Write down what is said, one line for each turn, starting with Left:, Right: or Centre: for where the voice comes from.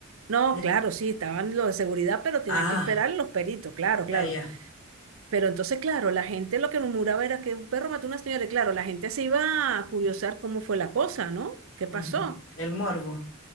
Right: No,
Left: De-
Right: claro, sí, estaban los de seguridad, pero tenían
Left: Ah,
Right: que esperar los peritos, claro, claro.
Left: ya, ya.
Right: Pero entonces, claro, la gente lo que murmuraba era que un perro mató a una señora y claro, la gente se iba a curiosar cómo fue la cosa, ¿no? ¿Qué pasó?
Left: ujú, El morbo.